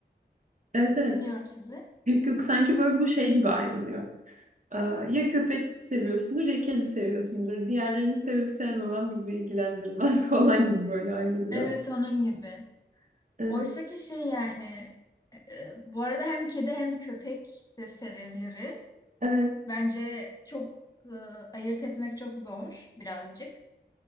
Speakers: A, on the right; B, on the left.
A: Evet evet.
B: dinliyorum sizi.
A: Yok yok sanki böyle bu şey gibi ayrılıyor. Ee, ya köpek seviyorsundur ya kedi seviyorsundur. Diğerlerini sevip sevmemen bizi ilgilendirmez <laughs> falan gibi böyle ayrılıyor.
B: Evet onun gibi.
A: Evet.
B: Oysa ki şey yani e, bu arada hem kedi hem köpek de sevebiliriz.
A: Evet.
B: Bence çok e, ayırt etmek çok zor birazcık.